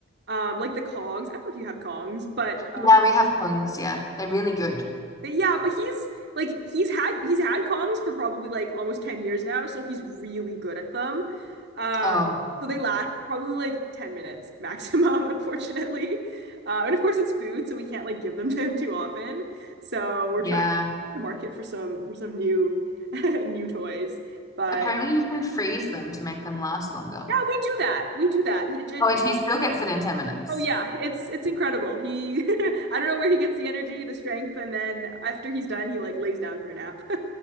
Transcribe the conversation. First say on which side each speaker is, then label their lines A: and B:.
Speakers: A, on the right (about 60°); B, on the left (about 20°).
A: um like the Kongs. I don't know if you have Kongs, but
B: Yeah, we have pungs. Yeah, they're really good.
A: But yeah, but he's like he's had he's had Kongs for probably like almost 10 years now, so he's really good at them. Uh,
B: Oh,
A: so they last probably like 10 minutes maximum, <laughs> unfortunately. Uh, and of course it's food, so we can't like give them to him too often. So we're
B: yeah.
A: trying to market for some for some new <laughs> new toys. But
B: Apparently, you can freeze them to make them last longer.
A: yeah, we do that. We do that. He did
B: Oh, and he still gets it in 10 minutes.
A: Oh yeah, it's it's incredible. He <laughs> I don't know where he gets the energy, the strength, and then after he's done, he like lays down for a nap. <laughs>